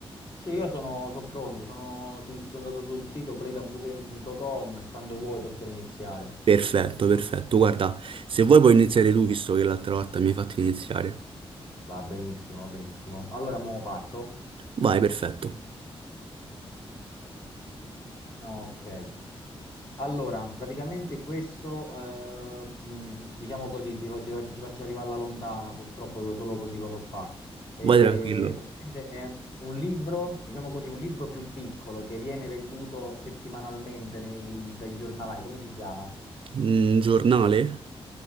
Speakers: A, on the left; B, on the right.
A: Sì, io sono, sono pronto, sono, sul- sono andato sul sito playtabugame.com e quando vuoi possiamo iniziare.
B: Perfetto, perfetto. Guarda, se vuoi puoi iniziare tu, visto che l'altra volta mi hai fatto iniziare.
A: Va benissimo, va benissimo. Allora, mo parto?
B: Vai, perfetto.
A: Ok. Allora, praticamente questo, eh, mh, diciamo così, ti, ti- ti faccio arrivare alla lontana, purtroppo solo così lo so fa. E
B: Vai tranquillo.
A: praticamente è un libro, diciamo così, un libro più piccolo che viene venduto settimanalmente nei- dai giornalai, come si chiama?
B: Mm, giornale?